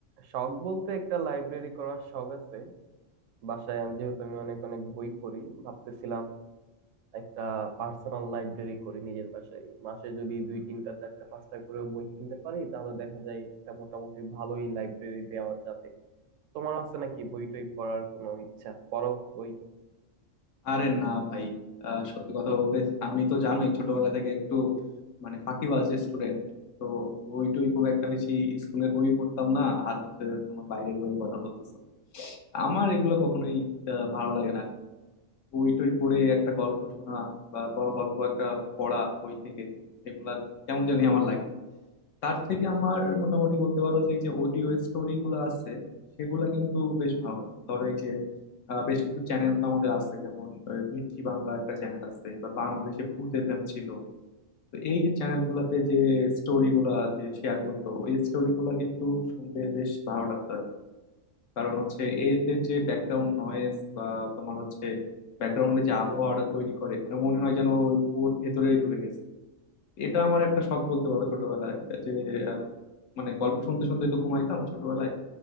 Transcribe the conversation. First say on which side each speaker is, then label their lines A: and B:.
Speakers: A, on the right; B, on the left.
A: শখ বলতে একটা লাইব্রেরি করার শখ আছে বাসায় আমি যেহেতু আমি অনেক অনেক বই পড়ি ভাবতেছিলাম একটা পার্সোনাল লাইব্রেরি করি নিজের বাসায় মাসে যদি দুই তিনটা চারটা পাঁচটা করে বই কিনতে পারি তাহলে দেখা যায় একটা মোটামুটি ভালোই লাইব্রেরি দেওয়া যাবে তোমার আছে নাকি বই টই পড়ার কোনো ইচ্ছা পড়ো বই
B: আরে না ভাই আহ, সত্যি কথা বলতে আমি তো জানোই ছোটবেলা থেকে একটু মানে ফাঁকিবাজ স্টুডেন্ট তো বই টই খুব একটা বেশি স্কুলের বই পড়তাম না আর হচ্ছে তোমার বাইরের বইয়ের কথা বলতেছো আমার এগুলো কখনোই আহ, ভালো লাগে না বই টই পড়ে একটা গল্প শোনা বা বড় গল্প একটা পড়া বই থেকে এগুলা কেমন জানি আমার লাগে তার থেকে আমার মোটামুটি বলতে পারো যে এই যে অডিও স্টোরি গুলো আছে সেগুলা কিন্তু বেশ ভালো লাগে ধরো এই যে আহ, বেশ কিছু চ্যানেল তো আমাদের আছে যেমন আহ, মির্চি বাংলা একটা চ্যানেল আছে বা বাংলাদেশে ভূত এফএম ছিল তো এই যে চ্যানেল গুলাতে যে স্টোরি গুলা যে শেয়ার করতো ওই স্টোরি গুলা কিন্তু শুনতে বেশ ভালো লাগতো আর কি। কারণ হচ্ছে এদের যে ব্যাকগ্রাউন্ড নয়েজ বা তোমার হচ্ছে ব্যাকগ্রাউন্ডে যে আবহাওয়াটা তৈরি করে মানে মনে হয় যেন ওই- ওর ভেতরেই ঢুকে গেছে এটা আমার একটা শখ বলতে পারো ছোটবেলায় যে আহ, মানে গল্প শুনতে শুনতে তো ঘুমাইতাম ছোটবেলায়